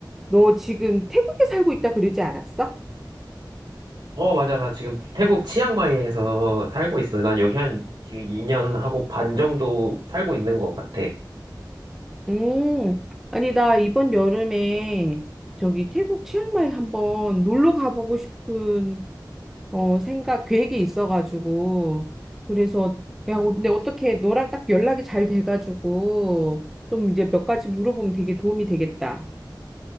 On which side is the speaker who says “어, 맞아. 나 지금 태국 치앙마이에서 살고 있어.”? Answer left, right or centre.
Right